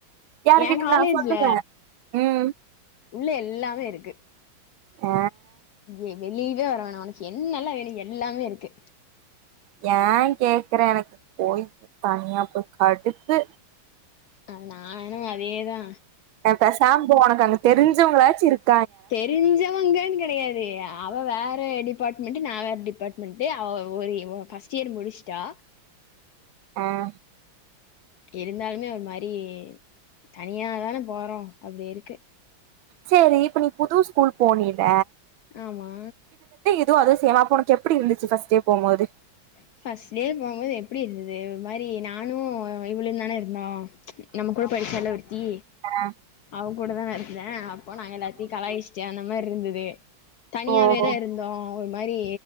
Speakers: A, on the right; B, on the left.
A: யாரு கிட்ட
B: என் காலேஜ்ல
A: நா சொல்லுங்க உம்
B: உள்ள எல்லாமே இருக்கு
A: ஆ
B: எ வெளியவே வர வேணா உனக்கு என்னல்லா வேனு எல்லாமே இருக்கு
A: ஏ கேக்ற எனக்கு போய் தனியா போய் கடுத்து
B: அ நானு அதேதா
A: நா பேசாம போ உனக்கு அங்க தெரிஞ்சவங்களாச்சு இருக்
B: தெரிஞ்சவங்கன் கெடையாது <unintelligible> அவ வேற டிப்பாட் மெண்ட்டு ந வேற டிபார்ட்மெண்ட் டு அவ ஒரு பர்ஸ்ட் இயர் முடிச்ட்டா
A: ஆஹ்
B: இருந்தாலுமே ஒரு மாதிரி தனியாதானே போறோம் அப்படி இருக்கு
A: சரி இப்ப நீ புது ஸ்கூல் போனில
B: ஆமா
A: இது அது சேமா உனக்கு எப்படி இருந்துச்சு பஃர்ஸ்ட் டே போ போது
B: பஃபர்ஸ்ட் டே போம்போது எப்படி இருந்தது ஒரு மாதிரி நானும் இவ்ளு தானே இருந்தோ நம்ம கூட படிச்சால்ல ஒருத்தி
A: ஆ
B: அவங்கூட தான் நா இருப் ஏன் அப்போ நா எல்லாத்தையு கலாய்ச்சிட்டியானா இம்மார் இருந்தது தனியாவே
A: ஓ
B: தான் இருந்தோம் அ மாதிரி